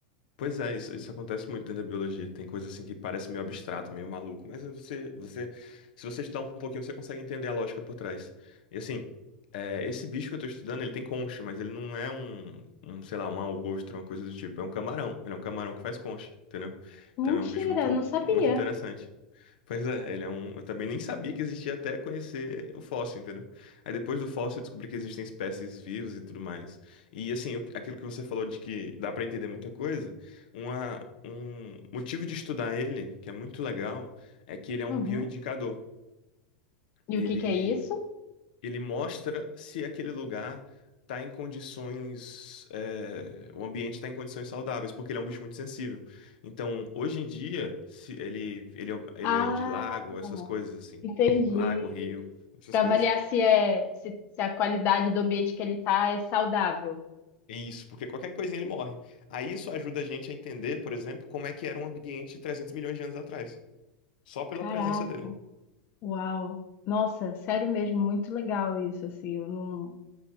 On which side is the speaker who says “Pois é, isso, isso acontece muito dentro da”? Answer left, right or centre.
Left